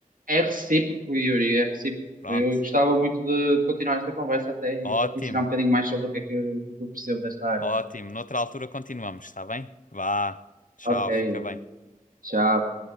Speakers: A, on the right; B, on the left.
A: é recíproco, Yuri, é recíproco.
B: Pronto,
A: Eu gostava muito de, de continuar esta conversa até e
B: ótimo,
A: para te ensinar um bocadinho mais sobre o que é que, o que é que eu percebo desta área.
B: ótimo. Noutra altura continuamos, está bem? Vá, tchau,
A: Ok,
B: fica
A: Yuri.
B: bem.
A: tchau.